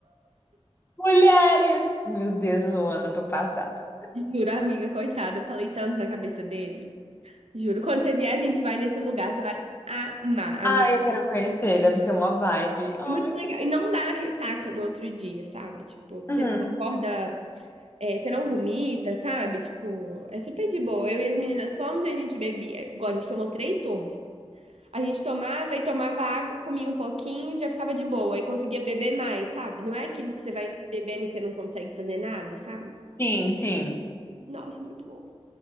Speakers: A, on the left; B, on the right.
A: Mulheres! Meu Deus, Luana, tô passada.
B: <laughs> Juro, amiga, coitada. Eu falei tanto na cabeça dele. Juro. Quando você vier, a gente vai nesse lugar, você vai amar,
A: Ai,
B: amiga.
A: eu quero conhecer, deve ser uma vibe. Ai,
B: É muito legal.
A: que
B: E não dá ressaca no outro dia, sabe? Tipo, você
A: Uhum.
B: não acorda, é, você não vomita, sabe? Tipo, é super de boa. Eu e as meninas fomos e a gente bebia. é, Igual, a gente tomou três torres. A gente tomava e tomava água, comia um pouquinho, já ficava de boa e conseguia beber mais, sabe? Não é aquilo que você vai bebendo e você não consegue fazer nada, sabe?
A: Sim, sim.
B: Nossa, muito bom.